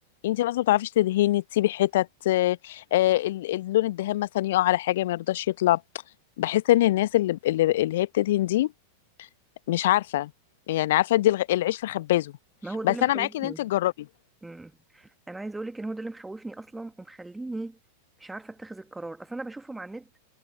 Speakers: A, on the left; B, in the centre.
A: انت مثلا ما بتعرفيش تدهني تسيبي حتت آه، آه، ال- اللون الدهان مثلا يقع على حاجه ما يرضاش يطلع بحس ان الناس اللي اللي اللي هي بتدهن دي مش عارفه يعني عارفه ادي الغ- العيش في خبازه
B: ما هو ده
A: بس
B: اللي مخوفني
A: انا معاكي ان انت تجربي
B: أمم. أنا عايزة أقولك إن هو ده اللي مخوفني أصلا ومخليني مش عارفة أتخذ القرار أصلا أنا بشوفهم على النت